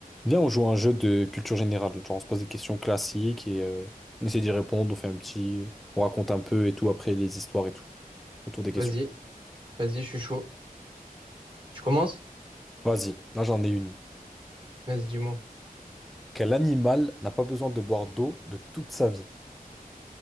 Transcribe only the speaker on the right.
Vas-y, vas-y, je suis chaud. Tu commences?
Vas-y, dis-moi.